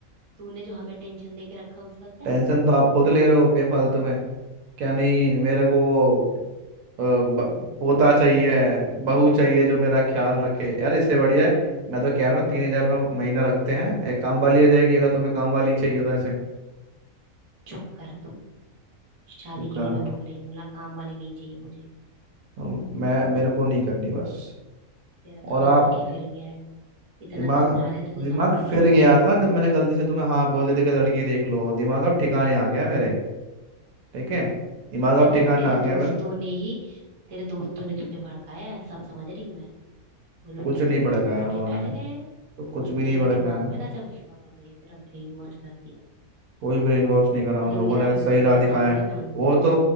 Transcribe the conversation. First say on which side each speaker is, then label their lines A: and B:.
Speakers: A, on the right (about 40°); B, on the right (about 85°).
A: तूने जो हमें टेंशन दे के रखा है उसका क्या
B: टेंशन तो आप खुद ले रहे हो बेफालतू में क्या नहीं मेरे को वो अ, ब- पोता चाहिए बहू चाहिए जो मेरा ख्याल रखे यार इससे बढ़िया है मैं तो कह रहा हूँ तीन हजार रुपये महीना रखते हैं एक काम वाली आ जाएगी अगर तुम्हें काम वाली चाहिए तो ऐसे
A: चुप कर तू शादी
B: चुप करा
A: के लिए मैं बोल रही हूँ ला काम वाली नहीं चाहिए मुझे
B: अम, मैं मेरे को नहीं करनी बस
A: तेरा तो
B: और आप
A: दिमाग ही फिर गया है इतना
B: दिमाग
A: समझा रहे हैं तुझे
B: दिमाग
A: समझ में नहीं
B: फिर
A: आ रहा
B: गया
A: है
B: था जब मैंने गलती से तुम्हें हाँ बोल देते कि लड़की देख लो दिमाग अब ठिकाने आ गया मेरे ठीक है दिमाग
A: ये
B: अब
A: ना
B: ठिकाने
A: तेरे
B: आ गया
A: दोस्तों
B: मेरे
A: ने ही तेरे दोस्तों ने तुझे भड़काया है सब समझ रही हूँ मैं वो लोग
B: कुछ
A: तो
B: नहीं भड़काया
A: खुद करके
B: उन्होंने
A: बैठ गए हैं
B: तो कुछ
A: और
B: भी
A: तेरे
B: नहीं भड़काया
A: दिमाग में ना सब भूसा भर दिया है, तेरा ब्रेन वॉश कर दिया है
B: कोई ब्रेन वॉश नहीं करा
A: मिलूंगी
B: उन लोगों
A: ना
B: ने सही राह
A: बताऊंगी
B: दिखाया है
A: मैं उनको
B: वो तो